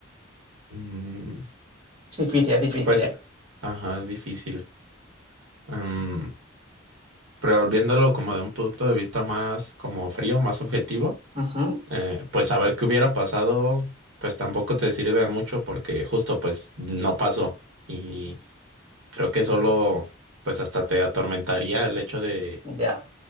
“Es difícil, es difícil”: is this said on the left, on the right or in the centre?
Right